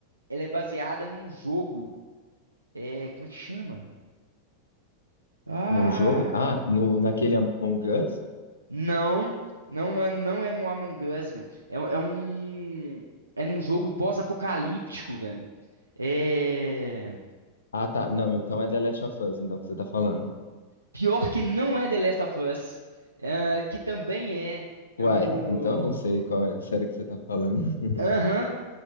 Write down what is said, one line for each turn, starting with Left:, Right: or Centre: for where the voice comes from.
Right: ela é baseada num jogo. É, como é que chama? Ah!
Left: num jogo? Ah, no, naquele Among Us?
Right: Não, não, não é, não é no Among Us, velho. É, um- é um. É num jogo pós-apocalíptico, velho. É.
Left: Ah, tá. Não, então é The Last of Us, então, que você tá falando.
Right: Pior que não é The Last of Us, é, que também é. É
Left: Uai,
Right: um.
Left: então não sei qual é a série que você tá falando. <laughs>
Right: Aham.